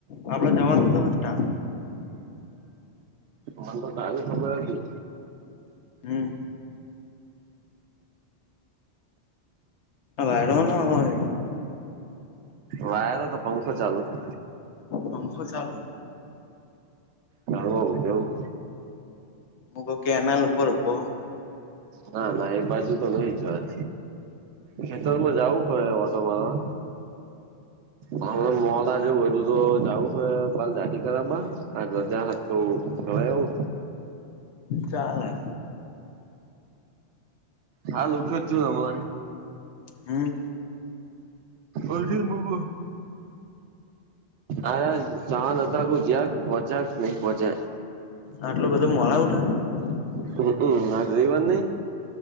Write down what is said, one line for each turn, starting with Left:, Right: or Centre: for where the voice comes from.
Left: આપડ જવાનો અતો સ્ટાપ.
Right: મ તો દારી મોકલો.
Left: હમ. વાઈરો હ ન હોમહોમ.
Right: વાયરો નતો પંખો ચાલુ અતો
Left: પંખો ચાલુ
Right: હવ ઉંઘી જવું.
Left: મુતોકેનાલ ઉપર ઉભો છું.
Right: ના ના એ બાજુ તો નઈ જ વાય. ખેતરમાં જવું છે ઓટો મારવા. હ હ મોડા જવું છે હજુતો જાવુ છે બાલ દાઢી કરવા કાલ રજા હતો. અવે આવું.
Left: ચાલે.
Right: હાલ જ ઉઠ્યો જ છું હવે.
Left: હમ.
Right: ઓથી બવ. આયર જવાના અ તા જયા પોક્યા કે નહી પોક્યા.
Left: આટલું બધું મોડું ઉઠાય.
Right: હક માર રવિ વાર નહી.